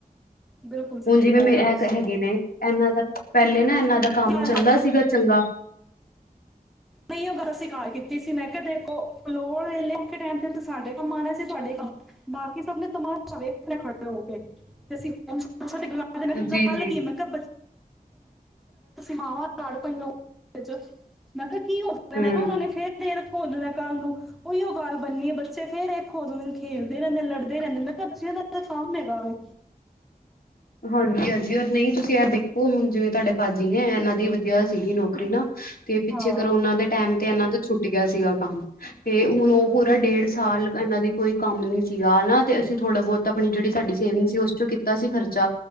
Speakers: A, in the centre; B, on the left.
A: ਬਿਲਕੁਲ ਸਹੀ
B: ਹੁਣ ਜਿਵੇਂ
A: ਕਹਿ
B: ਮੇ
A: ਰਹੇ
B: ਇਹ
A: ਹੋ ਤੁਸੀਂ
B: ਹੈਗੇ ਨੇ ਇਹਨਾਂ ਦਾ ਪਹਿਲੇ ਨਾ ਇਹਨਾਂ ਦਾ ਕੰਮ
A: ਗੱਲ
B: ਚੱਲਦਾ
A: ਤਾਂ
B: ਸੀਗਾ ਚੰਗਾ।
A: ਨਹੀਂ ਉਹ ਗੱਲ ਆਸੀ ਘਰ ਕੀਤੀ ਸੀ ਮੈਂ ਕਿਹਾ ਦੇਖੋ ਲੋੜ ਵੇਲੇ ਔਖੇ ਟਮ ਤੇ ਸਾਡੇ ਕੰਮ ਆਉਣੇ ਸੀ ਤੁਡੇ ਕੰਮ। ਬਾਕੀ ਸਭ ਨੇ ਤਮਾਸ਼ਾ ਵੇਖਣਾ ਖੜੇ ਹੋ ਕੇ। <unintelligible>
B: ਜੀ ਜੀ
A: <unintelligible> ਮਾਵਾਂ ਲੜ ਪਈਆ ੳ ਵਿੱਚ। ਮੈਂ ਕਿਹਾ ਕੀ ਹੋ ਮੈਂ
B: ਹੂੰ
A: ਕਿਹਾ, ੳਨਾ ਨੇ ਫੇਰ ਏਕ ਹੋ ਜਾਨਾ ਕੱਲ ਨੂੰ। ਉਹੀਓ ਗੱਲ ਬਨੀ ਏ। ਬੱਚੇ ਫੇਰ ਏਕ ਹੋ ਜਾਂਦੇ ਨੇ, ਖੇਲਦੇ ਰਹੰਦੇ ਨੇ, ਲੜਦੇ ਰਹੰਦੇ ਨੇ। ਮੈਂ ਕਿਹਾ, ਬੱਚੇਆ ਦਾ ਕੰਮ ਹੈਗਾ ੳ।
B: ਹਾਂਜੀ ਹਾਂਜੀ, ਅਰੇ ਨਈ ਤੁਸੀ ਏ ਦੇਖੋ ਹੁਣ ਜਿਵੇਂ ਤੁਹਾਡੇ ਭਾੱਜੀ ਏ, ਏਨਾਂ ਦੀ ਵਧਿਆ ਸੀਗੀ ਨੌਕਰੀ ਨਾ। ਤੇ ਪਿੱਛੇ
A: ਹਾਂ
B: ਕਰੋਨਾ ਦੇ ਟੈਮ ਤੇ ਏਨਾਂ ਦਾ ਛੁੱਟ ਗਿਆ ਸੀਗਾ ਕੰਮ। ਤੇ ਹੁਣ ਉਹ
A: ਹਮ
B: ਪੂਰਾ ਡੇਢ ਸਾਲ ਏਨਾਂ ਦੀ ਕੋਈ ਕੰਮ ਨੀ ਸੀਗਾ ਹੈਨਾ ਤੇ ਅਸੀ ਥੋੜਾ ਬਹੁਤ ਅਪਨੀ ਜੇਹੜੀ ਸਾਡੀ ਸੇਵਿੰਗ ਸੀ, ੳਸ ਚੋਂ ਕੀਤਾ ਸੀ ਖਰ ਚਾ